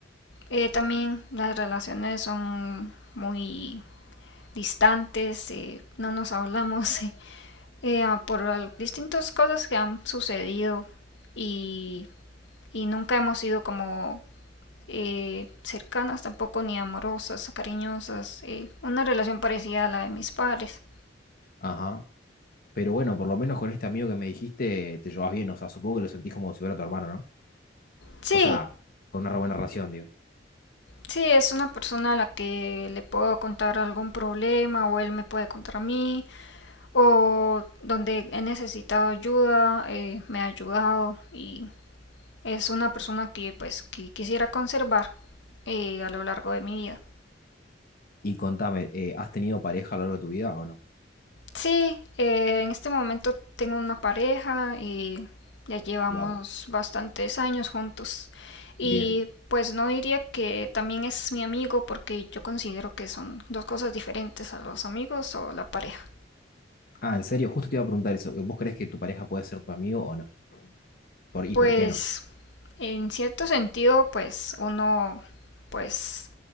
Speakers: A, on the left; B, on the left.
A: eh, también las relaciones son muy distantes, eh, no nos hablamos <laughs> eh, eh, ah, por al- distintas cosas que han sucedido y, y nunca hemos sido como eh, cercanas, tampoco ni amorosas, cariñosas, eh, una relación parecida a la de mis padres.
B: Ajá. Pero bueno, por lo menos con este amigo que me dijiste, te llevas bien. O sea, supongo que lo sentís como si fuera tu hermano, ¿no?
A: Sí,
B: O sea, con una re buena relación, digo.
A: sí, es una persona a la que le puedo contar algún problema o él me puede contar a mí o donde he necesitado ayuda, eh, me ha ayudado y es una persona que pues que quisiera conservar eh, a lo largo de mi vida.
B: Y contame, eh, ¿has tenido pareja a lo largo de tu vida o no?
A: Sí, eh, en este momento tengo una pareja y ya llevamos
B: Wow,
A: bastantes años juntos. Y
B: bien.
A: pues no diría que también es mi amigo porque yo considero que son dos cosas diferentes a los amigos o la pareja.
B: Ah, en serio, justo te iba a preguntar eso. ¿Vos crees que tu pareja puede ser tu amigo o no? ¿Por, y
A: Pues
B: por qué no?
A: En cierto sentido, pues uno pues